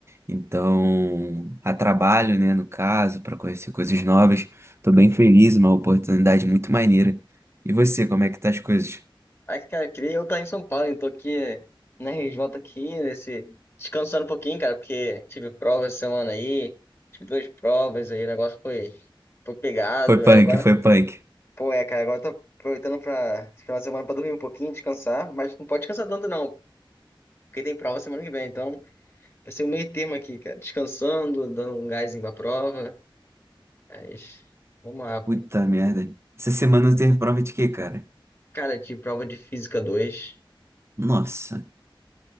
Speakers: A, on the right; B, on the left.
A: Então, a trabalho, né, no caso, pra conhecer coisas novas. Tô bem feliz, uma oportunidade muito maneira. E você, como é que tá as coisas?
B: Ai, cara, queria eu estar em São Paulo, então tô aqui eh, na RJ aqui, nesse... Descansando um pouquinho, cara, porque tive prova essa semana aí. Tive duas provas aí, o negócio foi, foi pegado.
A: Foi
B: Aí
A: punk,
B: agora,
A: foi punk.
B: pô, é, cara, agora eu tô aproveitando pra esse final de semana pra dormir um pouquinho, descansar. Mas não pode descansar tanto não, porque tem prova semana que vem. Então, vai ser o meio termo aqui, cara. Descansando, dando um gásinho pra prova. Mas, vamos lá, pô.
A: Puta merda. Essa semana eu teve prova de quê, cara?
B: Cara, de prova de Física 2,
A: Nossa.